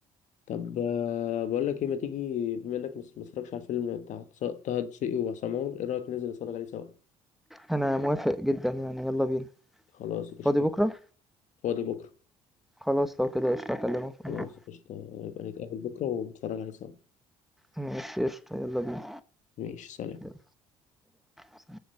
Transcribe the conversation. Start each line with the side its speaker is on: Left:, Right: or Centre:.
Left: طب آه بقول لك ايه ما تيجي بما انك مس- ما اتفرجتش على الفيلم بتاع طه دسوقي وعصام عمر ايه رأيك ننزل نتفرج عليه سوا
Centre: أنا موافق جدًا يعني يلا بينا،
Left: خلاص قشطة
Centre: فاضي بكرة؟
Left: فاضي بكرة
Centre: خلاص لو كده قشطة أكلمك
Left: خلاص
Centre: ونروح،
Left: قشطة يبقى نتقابل بكرة ونتفرج عليه سوا
Centre: ماشي قشطة يلا بينا،
Left: ماشي سلام
Centre: يلا سلام.